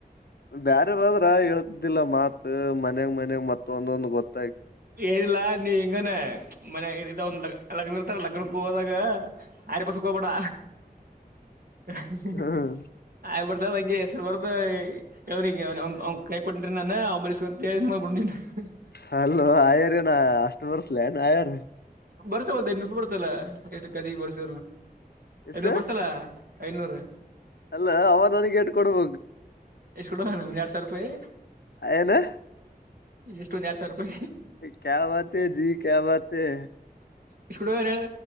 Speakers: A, on the left (about 85°); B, on the right (about 65°).
A: ಬ್ಯರೆ ಬದ್ರ ಹೇತಿದ್ದಿಲ್ಲ ಮಾತ್ ಮನೆಗ್ ಮನೆಯಾಗ ಮತ್ತ ಒಂದೊಂದು ಗೊತ್ತ
B: ಏನಿಲ್ಲಾ ನೀ ಇಂಗಾನ. ಮನೆ ಇದ ಒಂದ ಲಗ್ ಲಗ್ನ ಇರ್ತಾರ ಲಗ್ನಕ್ಕ ಹೋದಾಗ ಆರ ಪಸಕ್ ಹೋಗ್ಬೇಡ. ಹ ಹ
A: ಹ್ಮ್
B: ಆಯ ಹಂಗೆ ಹೆಸರು ಬರ್ದುನಿಗೆ ಕೈ ಕೊಟ್ರೆ ನಾನು ಅವ <unintelligible>
A: ಹಲೋ ಆಯ ರ ನಾ ಅಷ್ಟ ವರ್ಷ ಲಯನು ಆ ರ
B: ಬರ್ತ ಬದ ನೂರು ಬರ್ತಲ್ಲ ಎಷ್ಟು ಕದಿ ಬರ್ಸ್
A: ಎಷ್ಟು
B: ಎನೂರು ಬರ್ಸಲ ಐನೂರು
A: ಅಲ್ಲ ಅವ ನನಗೆೇಟ್ ಕೊಡ್ಬ
B: <unintelligible> ನಿಮ್ಗ ಎರ್ಡ್ ಸಾವ್ರ ರೂಪಾಯಿ
A: ಏನು
B: ಎಷ್ಟೊಂದ ಎಡ್ ಸಾವಿ ರೂಪಾಯಿ
A: ಕ ಬತೇ ಜೀ ಕ ಬತ ಹ
B: ಇಷಕೂಡವರೆ